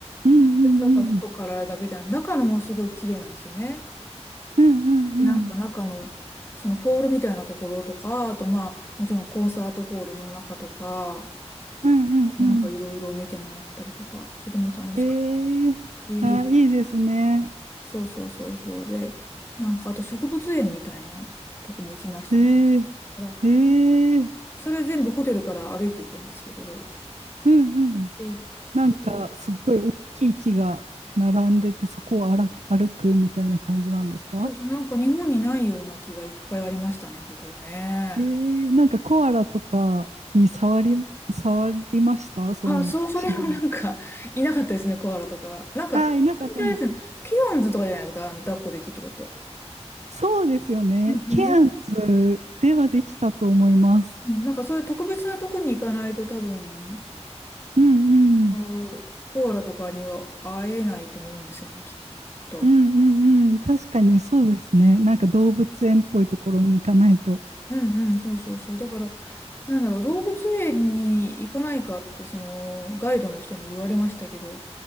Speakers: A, on the right (about 80°); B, on the left (about 20°).
A: うんうんうん。
B: だから外からだけじゃなく、中のもすごい綺麗なんですよね。
A: うんうんうん。
B: なんか中の、そのホールみたいなところとか、あとまあ、もちろんコンサートホールの中とか、
A: うんうんうん。
B: なんかいろいろ見て回ったりとか、それも楽しかっ
A: ええ。
B: たし、
A: あ、いいですね。
B: そうそうそうそう。で、なんかあと植物園みたいなとこも行きましたね。
A: ええ。
B: だから、
A: ええ。
B: それ全部ホテルから歩いていけんですけど、
A: うんうん。
B: で行って、
A: なんかすっごい大きい木が並んでて、そこを歩く歩くみたいな感じなんですか
B: そうそう、なんか日本にないような気がいっぱいありましたね、そこはね。
A: えー、なんかコアラとかに触り、触りましたその手段。
B: あ、そう、それはなんか、いなかったですね、コアラとかは。なんか、
A: ああ、いなかったんです。
B: 本当にあですねケアンズとかじゃないですか、あの、抱っこできるとこって。
A: そうですよね。
B: うんうんう
A: ケアンズではできたと思います。
B: んなんかそういう特別なとこに行かないと多分、
A: うんうん。
B: あのコアラとかには会えないと思うんですよね、きっと。
A: うんうんうん。確かにそうですね。なんか動物園っぽいところに行かないと。
B: うんうん、そうそうそう。だから、なんだろう、動物園に行かないかって、その、ガイドの人に言われましたけど、